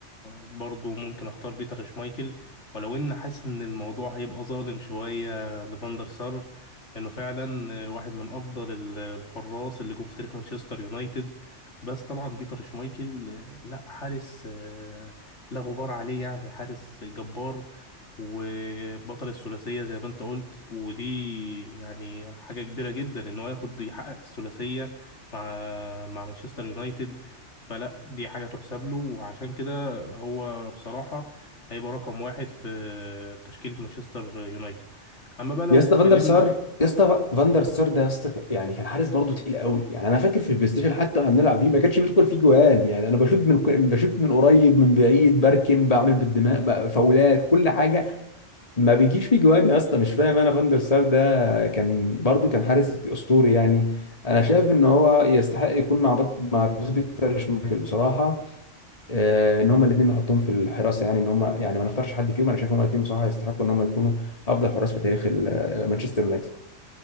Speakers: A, on the left (about 70°); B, on the left (about 30°).
A: برضو ممكن اختار بيتر شمايكل ولو ان حاسس ان الموضوع هيبقى ظالم شوية لفاندر سار انه فعلا آه، واحد من افضل ال- الحراس اللي جم في تاريخ مانشستر يونايتد بس طبعا بيتر شمايكل آه، لا حارس آه، لا غبار عليه يعني حارس جبار وبطل الثلاثية زي ما انت قلت ودي يعني حاجة كبيرة جدا ان هو ياخد يحقق الثلاثية مع مع مانشستر يونايتد فلا دي حاجة تحسب له وعشان كده هو بصراحة هيبقى رقم واحد في تشكيلة مانشستر يونايتد أما بقى لو
B: يا اسطى
A: اتكلمنا
B: فاندر سار يا اسطى فاندر سار ده يا اسطى يعني كان حارس برضه تقيل قوي يعني انا فاكر في البلاي ستيشن حتى واحنا بنلعب بيه ما كانش بيدخل فيه جوان يعني انا بشوط من بشوط من قريب من بعيد بركن بعمل بالدماغ بقى فاولات كل حاجه ما بيجيش في جوان يا اسطى مش فاهم انا فاندر سار ده كان برضو كان حارس اسطوري يعني انا شايف ان هو يستحق يكون مع بط... مع بيس- بيتر شمايكل بصراحه آه ان هما الاثنين نحطهم في الحراسه يعني ان هما يعني ما نختارش حد فيهم انا شايف ان هما الاثنين بصراحه يستحقوا ان هما يكونوا افضل حراس في تاريخ ال- مانشستر يونايتد